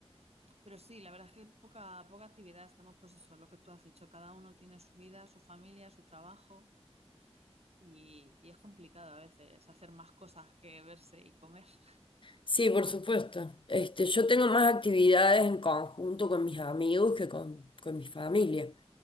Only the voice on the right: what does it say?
pero sí, la verdad es que poca, poca actividad. Estamos, pues eso, lo que tú has dicho, cada uno tiene su vida, su familia, su trabajo. Y, y es complicado a veces hacer más cosas que verse y comer. <laughs>